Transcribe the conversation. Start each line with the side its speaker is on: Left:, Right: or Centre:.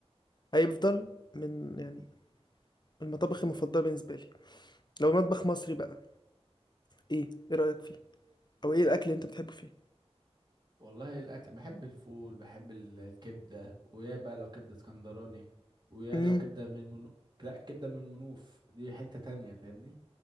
Left: هيفضل من يعني المطابخ المفضله بالنسبه لي لو مطبخ مصري بقى ايه ايه رايك فيه او ايه الاكل اللي انت بتحبه فيه
Right: والله الاكل بحب الفول بحب ال- الكبده ويا بقى لو كبده اسكندراني ويا
Left: امم
Right: لو كبده من منو... لا الكبده من منوف دي حته تانية فاهمني